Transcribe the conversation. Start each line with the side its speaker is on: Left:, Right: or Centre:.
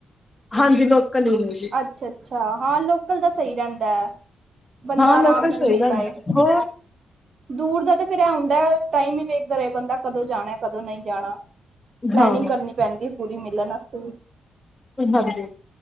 Left: ਹਾਂਜੀ, ਲੋਕਲ ਈਨੇ।
Right: ਅੱਛਾ-ਅੱਛਾ, ਹਾਂ ਲੋਕਲ ਤਾ ਸਹੀ ਰਹਿੰਦਾ। ਬੰਦਾ
Left: ਹਾਂ ਲੋਕਲ
Right: ਅਰਾਮ ਨਾਲ
Left: ਸਹੀ
Right: ਮਿਲ
Left: ਰਹਿੰਦੇ
Right: ਆਏ,
Left: ਹੋਰ
Right: ਦੂਰ ਦਾ ਤੇ ਫਿਰ ਐ ਹੁੰਦੈ ਟਾਈਮ ਈ ਵੇਖਦਾ ਰਹੇ ਬੰਦਾ, ਕਦੋਂ ਜਾਣਾ, ਕਦੋਂ ਨਹੀਂ ਜਾਣਾ। ਪਲੈਨਿੰਗ
Left: ਹਾਂ
Right: ਕਰਨੀ ਪੈਂਦੀ ਏ, ਪੂਰੀ ਮਿਲਣ ਆਸਤੇ ਵੀ।
Left: ਹਾਂਜੀ।